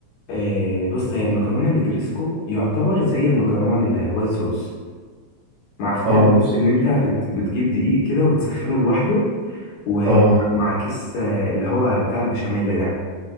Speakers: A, on the left; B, on the right.
A: آه بص هي المكرونه النجريسكو يعتبر زي المكرونه الوايت صوص مع اختلاف
B: اه
A: بس
B: بس
A: ان انت بت بتجيب دقيق كده وتسخنه لوحده ومع
B: اه
A: كيس آه، اللي هو بتاع البشاميل ده